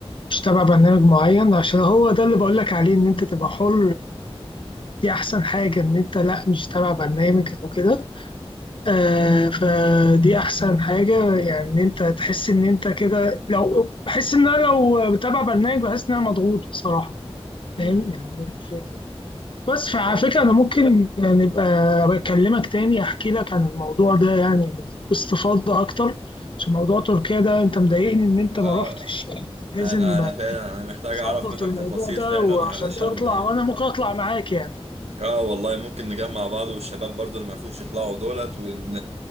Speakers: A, on the left; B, on the right.
A: مش تابع برنامج معين عشان هو ده اللي بقول لك عليه ان انت تبقى حر دي احسن حاجة ان انت لا مش تابع برنامج او كده آه، فدي احسن حاجة يعني ان انت تحس ان انت كده لو بحس ان انا لو بتابع برنامج بحس ان انا مضغوط بصراحة
B: امم
A: فاهم يعني الفكرة. بس فعلى
B: لا
A: فكرة
B: حلو
A: أنا ممكن نبقى بكلمك تاني أحكي لك عن الموضوع ده يعني باستفاضة أكتر عشان موضوع تركيا ده أنت مضايقني إن أنت
B: اه
A: ما رحتش يعني لازم
B: انا انا فعلا انا محتاج
A: تظبط
B: اعرف منك
A: الموضوع
B: تفاصيل
A: ده
B: فعلا
A: وعشان
B: علشان
A: تطلع وأنا ممكن أطلع معاك يعني
B: اه والله ممكن نجمع بعض والشباب برضو اللي ما فيهوش يطلعوا دولت ون